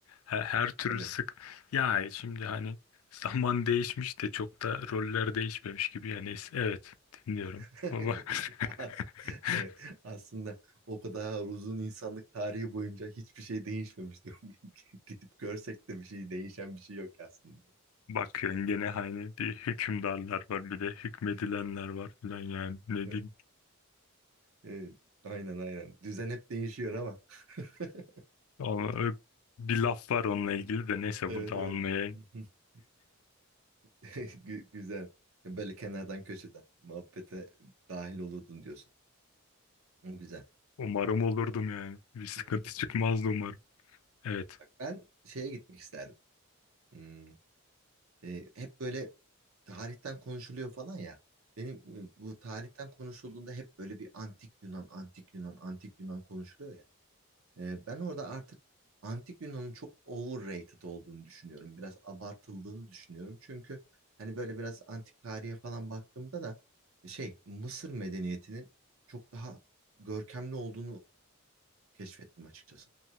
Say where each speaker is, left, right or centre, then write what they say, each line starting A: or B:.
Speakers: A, on the left; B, on the right.
A: Her, her türlü
B: tabii.
A: sık. Ya şimdi hani zaman <laughs> değişmiş de çok da roller değişmemiş gibi. Yani neyse evet dinliyorum.
B: <laughs>
A: Baba
B: Ya,
A: <laughs>
B: Evet aslında o kadar uzun insanlık tarihi boyunca hiçbir şey değişmemiş diyorum. <laughs> Gidip görsek de bir şey değişen bir şey yok aslında
A: bakıyorsun gene hani bir hükümdarlar var bir de hükmedilenler var falan yani ne
B: diyor.
A: diyeyim.
B: Evet, aynen aynen. Düzen hep değişiyor ama. <laughs>
A: Ama ö- bir laf var onunla ilgili de neyse
B: Evet
A: burada anmaya
B: evet. <laughs> Gü- Güzel. Böyle kenardan köşeden muhabbete dahil olurdun diyorsun. O Güzel.
A: umarım olurdum yani. Bir sıkıntı
B: <laughs>
A: çıkmazdı umarım. Evet.
B: Bak ben şeye gitmek isterdim. Hmm, e, hep böyle tarihten konuşuluyor falan ya. Benim e, bu tarihten konuşulduğunda hep böyle bir antik Yunan, antik Yunan, antik Yunan konuşuluyor ya. Ee, ben orada artık Antik Yunan'ın çok overrated olduğunu düşünüyorum. Biraz abartıldığını düşünüyorum. Çünkü hani böyle biraz antik tarihe falan baktığımda da e, şey Mısır medeniyetinin çok daha görkemli olduğunu keşfettim açıkçası.